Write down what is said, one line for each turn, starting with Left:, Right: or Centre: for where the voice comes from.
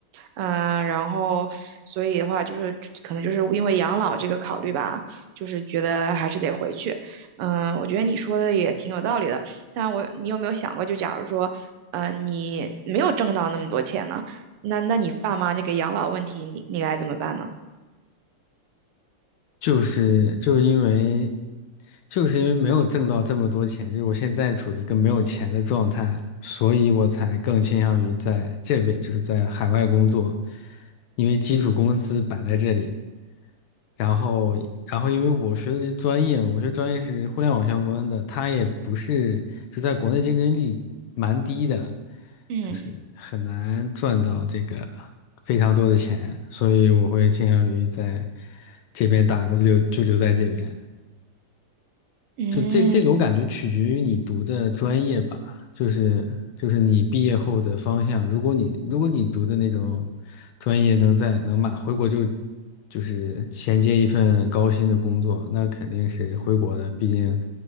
Right: 嗯，然后所以的话，就是可能就是因为养老这个考虑吧，就是觉得还是得回去。嗯，我觉得你说的也挺有道理的，但我你有没有想过，就假如说，呃，你没有挣到那么多钱呢，那那你爸妈这个养老问题，你你该怎么办呢？
Left: 就是就是因为就是因为没有挣到这么多钱，就是我现在处于一个没有钱的状态，所以我才更倾向于在这边，就是在海外工作，因为基础工资摆在这里。然后，然后因为我学的这专业嘛，我学专业是互联网相关的，它也不是就在国内竞争力蛮低的，
Right: 嗯
Left: 就是很难赚到这个非常多的钱，所以我会倾向于在这边打工就留就留在这边。
Right: 嗯
Left: 就这这个我感觉取决于你读的专业吧，就是就是你毕业后的方向。如果你如果你读的那种专业能在能马回国就就是衔接一份高薪的工作，那肯定是回国的。毕竟